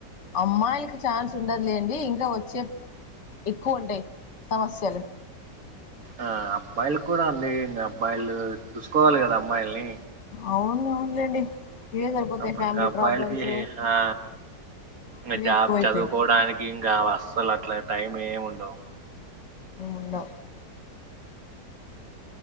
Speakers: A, on the left (about 45°); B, on the right (about 50°).
A: అమ్మాయిలకి ఛాన్స్ ఉండదులేండి ఇంకా వచ్చే ఎక్కువ ఉంటాయి సమస్యలు
B: ఆ అబ్బాయిలకు కూడా అండి ఇంకా అబ్బాయిలు చూసుకోవాలి కదా అమ్మాయిల్ని
A: అవును అవునులేండి ఇవే సరిపోతాయి
B: అప్పుడింక
A: ఫ్యామిలీ
B: అబ్బాయిలకి
A: ప్రాబ్లమ్స్
B: ఆ ఇంకా
A: ఇవే
B: జాబ్
A: ఎక్కువైతాయి
B: చదువుకోడానికి ఇంకా అసలు అట్లా టైం ఏమి ఉండవు
A: మేం ఉందా